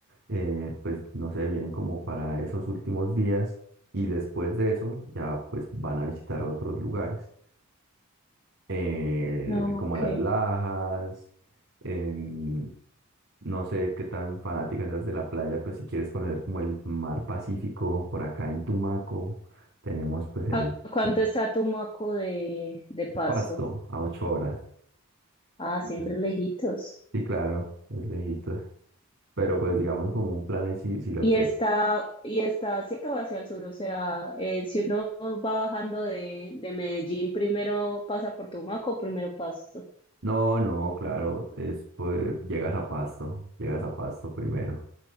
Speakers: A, on the right; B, on the left.
A: eh, pues no sé, vienen como para esos últimos días y después de eso ya pues van a visitar otros lugares, eh,
B: ok.
A: como las Lajas. em, No sé qué tan fanática seas de la playa, pues si quieres conocer como el mar Pacífico, por acá en Tumaco tenemos pues el,
B: ¿A cuánto
A: el
B: está Tumaco de, de Pasto?
A: Pasto a ocho horas.
B: Ah,
A: Entonces,
B: siempre lejitos.
A: Sí, claro, es lejitos. Pero pues digamos como un plan ahí si, si lo
B: Y
A: quieres.
B: está, y está cierto hacia el sur, o sea, eh, si uno va bajando de, de Medellín, primero pasa por Tumaco, primero Pasto.
A: No, no, claro, es pues llegas a Pasto, llegas a Pasto primero.